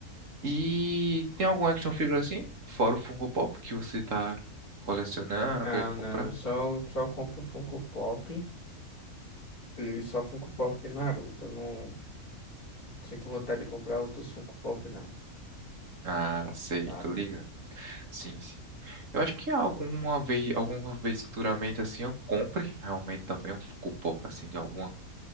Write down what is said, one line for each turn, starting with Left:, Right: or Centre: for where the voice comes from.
Right: E tem algum action figure assim, fora o Funko Pop que você tá colecionando,
Left: Não,
Right: querendo
Left: não,
Right: comprar?
Left: eu só, só compro Funko Pop e só Funko Pop de Naruto. Eu não sinto vontade de comprar outros Funko Pop, não,
Right: Ah, sei,
Left: sabe?
Right: tu liga. Sim, sim. Eu acho que alguma vez, alguma vez futuramente assim eu compre realmente também um Funko Pop assim de alguma